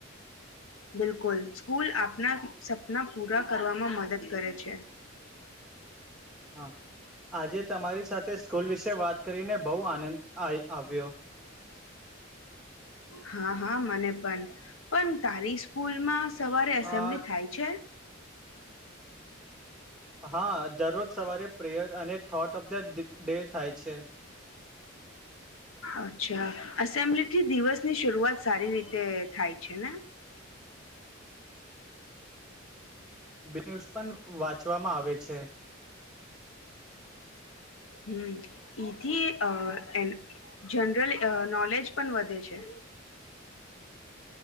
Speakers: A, on the left (about 85°); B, in the centre.
A: બિલકુલ સ્કૂલ આપના સપના પૂરા કરવામાં મદદ કરે છે
B: હા આજે તમારી સાથે સ્કૂલ વિશે વાત કરીને બહુ આનંદ આવ્યો
A: હા હા મને પણ પણ તારી સ્કૂલ માં સવારે એસેમ્બલી
B: અ
A: થાય છે <inaudible>
B: હા દરરોજ સવારે પ્રેયર અને થોટ ઓફ ધ ડે થાય છે
A: અચ્છા અસેમ્બ્લી થી દિવસની શરૂઆત સારી રીતે થાય છે ને
B: બનસ પણ વાંચવામાં આવે છે
A: હમ એથી જનરલ નોલેજ પણ વધે છે